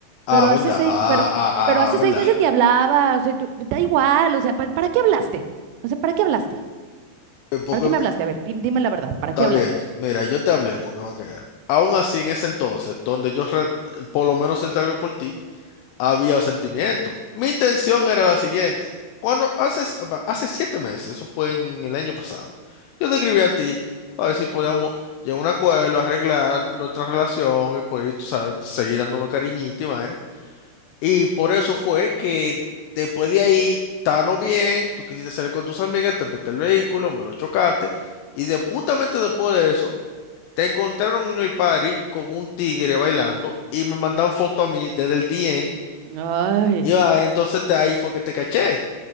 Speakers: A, on the left; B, on the right.
A: Ah,
B: pero
A: verdad,
B: hace seis,
A: ah,
B: pero
A: ah,
B: pero hace
A: ah, verdad.
B: seis meses ni hablaba, o sea, tú- da igual, o sea, ¿pa- ¿para, qué hablaste? O sea, ¿para qué hablaste?
A: Eh, Porque,
B: ¿Para qué
A: me-
B: me hablaste? A ver, di- dime la verdad, ¿para
A: está
B: qué hablaste?
A: bien, mira, yo te hablé porque va a quedar. Aún así, en ese entonces, donde yo re- por lo menos sentí algo por ti. había sentimiento. Mi intención era la siguiente. Cuando hace, apa, hace siete meses, eso fue en el año pasado, yo te escribí a ti para ver si podíamos llegar a un acuerdo, arreglar nuestra relación y poder tú sabes, seguir dándonos cariñito y vaina. Y por eso fue que después de ahí, estábamos bien, tú quisiste salir con tus amigas, te presté el vehículo, me lo chocaste. Y de, justamente después de eso, te encontraron en el party con un tigre bailando y me mandan foto a mí desde el DM
B: Ay.
A: y va, entonces te, ahí fue que te caché.